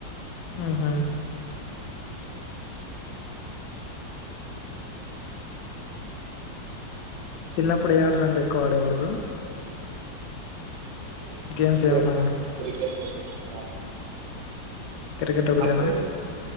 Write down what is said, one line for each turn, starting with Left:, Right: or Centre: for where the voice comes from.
Left: ఆహా చిన్నప్పుడు ఏ ఆటలు అంటే ఎక్కువ ఆడేవాళ్ళు బ్రో
Right: చిన్నప్పుడు
Left: గేమ్స్ ఏమన్నా
Right: అంటే క్రికెట్ బ్రో ఎక్కువ ఆడేవాళ్ళం
Left: క్రికెట్
Right: చిన్నప్పుడు
Left: ఒకటేనా